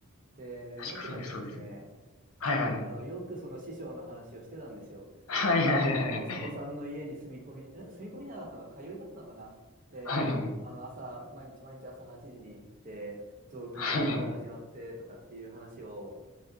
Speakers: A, on the right (about 35°); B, on the left (about 70°).
A: で、
B: 確かそうです、
A: 枕でですね、
B: そうです。はいはいはい。
A: あの、よくその師匠の話をしてたんですよ。
B: はいはいはい
A: あの、古古参の家に住み込み、え、住み込みじゃなかったのか、通いだったのかな。で、
B: はい。
A: あの、朝、毎日毎日朝8時に行って、雑巾がけから始まってとかっていう話を、
B: はいはい